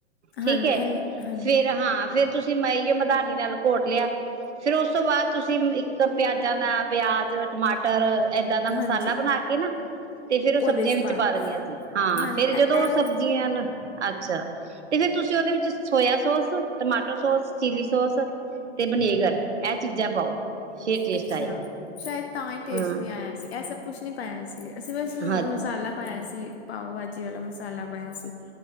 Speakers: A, on the left (about 65°); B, on the right (about 85°).
A: ਹਾਂਜੀ
B: ਠੀਕ ਹੈ
A: ਇਹ ਹਾਂਜੀ
B: ਫੇਿਰ ਹਾਂ ਫਿਰ ਤੁਸੀਂ ਮੈਂ ਮਦਾਨੀ ਨਾਲ ਘੋਟ ਲਿਆ ਫੇਿਰ ਉਸ ਤੋਂ ਬਾਅਦ ਤੁਸੀਂ ਪਿਆਜਾਂ ਦਾ ਪਿਆਜ ਟਮਾਟਰ ਏਦਾਂ ਦਾ ਮਸਾਲਾ
A: ਹਾਂਜੀ
B: ਬਣਾ ਕੇ ਨਾ ਤੇ ਫੇਰ ਉਹ ਸਬਜ਼ੀਆਂ
A: ਉਹਦੇ ਚ
B: ਵਿੱਚ
A: ਪਾਤਾ
B: ਪਾ ਦਨੀਆਂ ਸੀ ਹਾਂ
A: ਹਾਂਜੀ
B: ਫੇਰ ਜਦੋਂ
A: ਐ ਐਮ
B: ਉਹ ਸਬਜ਼ੀਆਂ ਨਾ ਅੱਛਾ ਤੇ ਫਿਰ ਤੁਸੀਂ ਉਹਦੇ ਵਿੱਚ soya sauce tomato sauce chilli sauce ਤੇ ਵਨੇਗਰ ਇਹ ਚੀਜ਼ਾਂ ਪਾਓ ਫੇਰ ਟੇਸਟ
A: ਅੱਛਾ
B: ਆਏਗਾ
A: ਸ਼ਾਇਦ ਤਾਂ ਹੀ ਟੇਸਟ
B: ਹਮ
A: ਨਹੀਂੀ ਆਇਆ ਸੀ ਐਸ ਪੁਛ ਨਹੀਂ ਪਾਇਆ ਸੀ ਅਸੀਂ ਬਸ
B: ਹਾਂ
A: ਮਸਾਲਾ ਪਾਇਆ ਸੀ ਪਾਓ ਭਾਜੀ ਵਾਲਾ ਮਸਾਲਾ ਬਾਇਆ ਸੀ